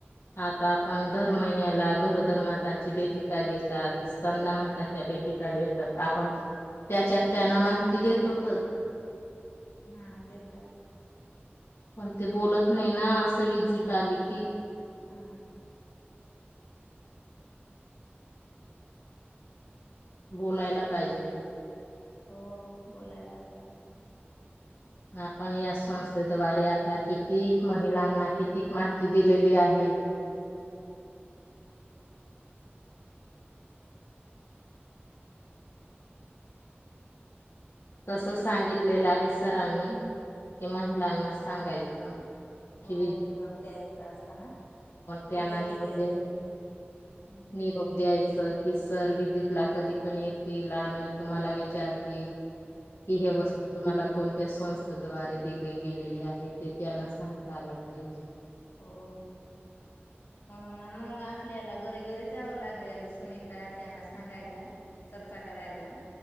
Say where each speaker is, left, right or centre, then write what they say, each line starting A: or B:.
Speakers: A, on the left (about 90°); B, on the left (about 65°).
A: आता आपण दर महिन्याला गरोधर्मातांची बेठिका घेतात संंदा
B: हम्म
A: महातांच्या भेटी का घेतात आपण त्याच्यात त्यांना माहिती देत होतच
B: हा देतात
A: पण ते बोलत नाही ना असं विजिट आली की
B: हम्
A: बोलायला पाहिजे ते
B: हो बोलायला पाहिजे.
A: आपण या संस्थे द्वारे आता कीती? महिलांना कितीक माहिती दिलेली आहे. तस सांगितलेलं आहे सरांनी की महिलांना सांगायचं? कि
B: हो निरोप द्यायचा असता ना
A: त्यांना
B: बेटी
A: निरोप्या
B: द्यायचं. हम्म
A: निरोप द्यायच की सर विजिट ला कधी पण येतील आणि तुम्हाला विचारतील. कि हे वस्तू तुम्हाला कोण त्या संस्थेद्वारे दिले गेलेले आहे. ते त्यांना सांगता आलं पाहिजे.
B: हो. म्हणून ना मग आपल्याला घरी घरी जावं लागेल. सुनीता त्यांना सांगायला चर्चा करायला.